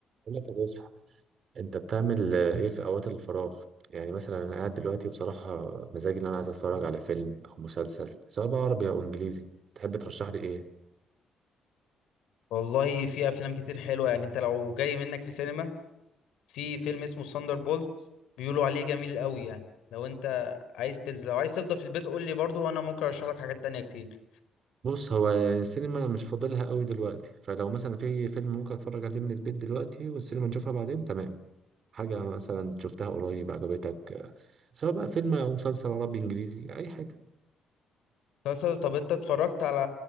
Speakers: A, on the right; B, on the left.
A: بقول لك يا باشا انت بتعمل آه، ايه في اوقات الفراغ يعني مثلا انا قاعد دلوقتي بصراحه مزاجي ان انا عايز اتفرج على فيلم او مسلسل سواء بقى عربي او انجليزي تحب ترشح لي ايه
B: والله في افلام كتير حلوه يعني انت لو جاي منك في سينما في فيلم اسمه ساندر بولت بيقولوا عليه جميل قوي يعني لو انت عايز تنزل لو عايز تفضل في البيت قول لي برضو وانا ممكن ارشح لك حاجات تانية كتير
A: بص هو يعني السينما أنا مش فاضلها قوي دلوقتي فلو مثلا في فيلم ممكن اتفرج عليه من البيت دلوقتي والسينما نشوفها بعدين تمام حاجه مثلا شفتها قريب عجبتك آه، سواء بقى فيلم او مسلسل عربي انجليزي اي حاجه
B: مسلسل طب انت اتفرجت على